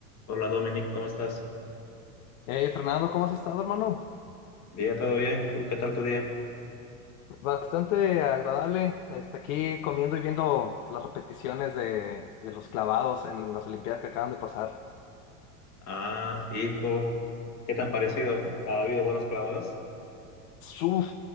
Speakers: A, on the left (about 35°); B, on the left (about 65°).
A: Hola Dominic, ¿cómo estás?
B: Eh, Fernando, ¿cómo has estado, hermano?
A: Bien, todo bien. ¿Tú qué tal tu día?
B: Bastante agradable. Este, aquí comiendo y viendo las repeticiones de, de los clavados en las Olimpiadas que acaban de pasar.
A: Ah, ¿y cómo- qué tan parecido? ¿Ha habido buenos clavados?
B: Uf,